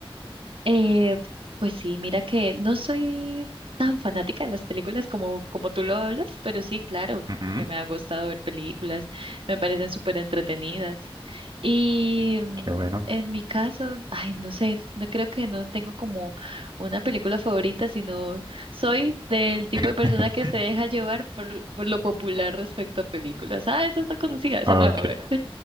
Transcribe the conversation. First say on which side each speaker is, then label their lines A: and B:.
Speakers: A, on the right; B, on the right.
A: Eh, pues sí, mira que no soy tan fanática de las películas como, como tú lo hablas, pero sí, claro,
B: Ujú.
A: que me ha gustado ver películas, me parecen súper entretenidas. Y mm,
B: Qué bueno.
A: en mi caso, ay, no sé, no creo que no tengo como una película favorita, sino soy del tipo
B: <laughs>
A: de persona que se deja llevar por, por lo popular respecto a películas. Ah, esta está conocida, esa
B: Ah,
A: me la
B: ok.
A: voy a ver.